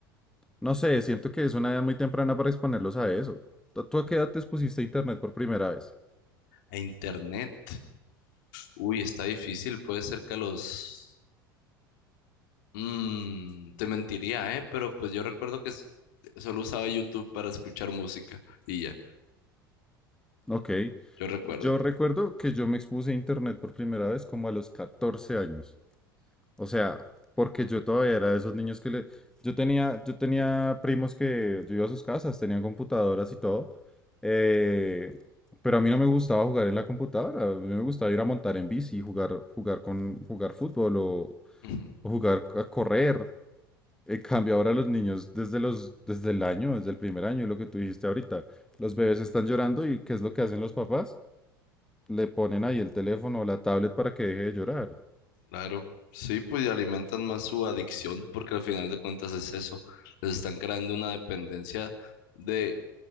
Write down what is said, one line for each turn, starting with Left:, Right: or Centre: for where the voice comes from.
Centre: no sé, siento que es una edad muy temprana para exponerlos a eso. ¿Tú tú a qué edad te expusiste a Internet por primera vez?
Left: A internet. Uy, está difícil, puede ser que a los Mm, te mentiría, ¿eh? Pero pues yo recuerdo que s- solo usaba YouTube para escuchar música y ya,
Centre: Ok,
Left: yo recuerdo.
Centre: yo recuerdo que yo me expuse a Internet por primera vez como a los 14 años. O sea, porque yo todavía era de esos niños que le... Yo tenía, yo tenía primos que yo iba a sus casas, tenían computadoras y todo, eh, pero a mí no me gustaba jugar en la computadora, a mí me gustaba ir a montar en bici, jugar, jugar con, jugar fútbol o,
Left: Ujú.
Centre: o jugar a correr. En cambio, ahora los niños, desde los, desde el año, desde el primer año, y lo que tú dijiste ahorita, los bebés están llorando y ¿qué es lo que hacen los papás? Le ponen ahí el teléfono o la tablet para que deje de llorar.
Left: Claro, sí, pues y alimentan más su adicción porque al final de cuentas es eso, les están creando una dependencia de,